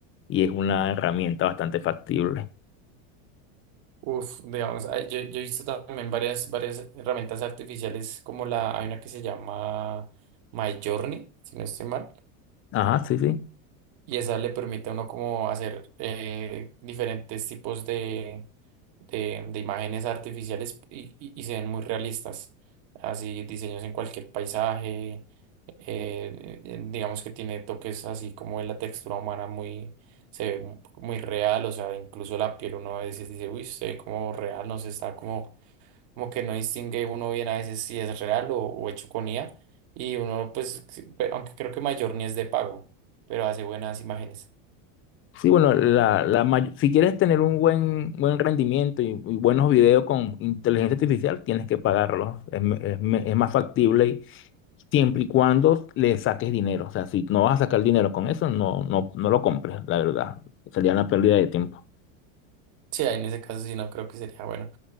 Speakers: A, on the left (about 30°); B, on the right (about 55°).
A: y es una herramienta bastante factible.
B: Uf, digamos, ah, yo, yo he visto también varias, varias herramientas artificiales como la, hay una que se llama Midjourney, si no estoy mal.
A: Ajá, sí, sí.
B: Y esa le permite a uno como hacer eh, diferentes tipos de, de, de imágenes artificiales y, y- y se ven muy realistas. Así diseños en cualquier paisaje, eh, eh, digamos que tiene toques así como en la textura humana muy, se ve mu- muy real, o sea, incluso la piel uno a veces dice, uy, se ve como real, no se está como como que no distingue uno bien a veces si es real o, o hecho con IA, y uno pues, sí, pe- aunque creo que mayor ni es de pago, pero hace buenas imágenes.
A: Sí, bueno, la, la may- si quieres tener un buen, buen rendimiento y, y buenos videos con inteligencia artificial, tienes que pagarlos. Es, me- es me- es más factible y- siempre y cuando le saques dinero. O sea, si no vas a sacar dinero con eso, no, no, no lo compres, la verdad. Sería una pérdida de tiempo.
B: Sí, ahí en ese caso sí no creo que sería bueno.